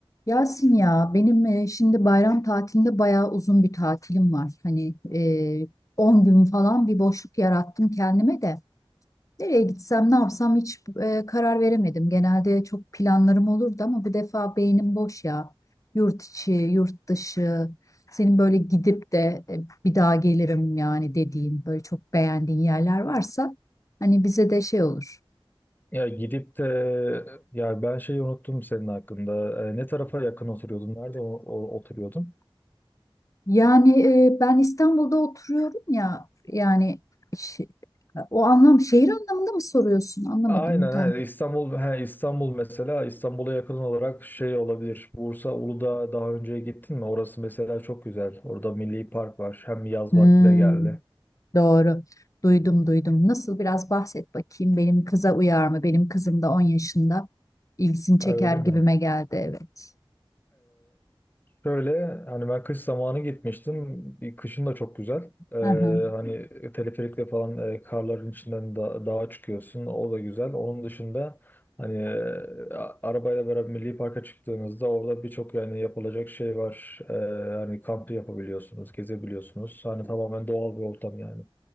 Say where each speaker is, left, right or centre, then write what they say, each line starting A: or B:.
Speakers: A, on the left; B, on the left.
A: Yasin ya benim e, şimdi bayram tatilinde bayağı uzun bir tatilim var. Hani e, 10 gün falan bir boşluk yarattım kendime de. Nereye gitsem ne yapsam hiç e, karar veremedim. Genelde çok planlarım olurdu ama bu defa beynim boş ya. Yurt içi, yurt dışı, senin böyle gidip de e, bir daha gelirim yani dediğin böyle çok beğendiğin yerler varsa hani bize de şey olur.
B: Ya gidip de ya ben şeyi unuttum senin hakkında. E, ne tarafa yakın oturuyordun? Nerede o- o- oturuyordun?
A: Yani e, ben İstanbul'da oturuyorum ya yani şi- o anlam şehir anlamında mı soruyorsun? Anlamadım
B: Aynen
A: tam.
B: he, İstanbul he, İstanbul mesela İstanbul'a yakın olarak şey olabilir. Bursa Uludağ'a daha önce gittin mi? Orası mesela çok güzel. Orada Milli Park var. Hem yaz
A: Hmm,
B: vakti de geldi.
A: doğru. Duydum duydum. Nasıl biraz bahset bakayım. Benim kıza uyar mı? Benim kızım da 10 yaşında. İlgisini çeker
B: Ha, öyle mi?
A: gibime geldi evet.
B: Şöyle hani ben kış zamanı gitmiştim. Bir Kışın da çok güzel. Ee,
A: Hı hı.
B: hani teleferikle falan e, karların içinden da, dağa çıkıyorsun. O da güzel. Onun dışında hani e, a- arabayla beraber Milli Park'a çıktığınızda orada birçok yani yapılacak şey var. Ee, hani kamp yapabiliyorsunuz, gezebiliyorsunuz. Hani tamamen doğal bir ortam yani.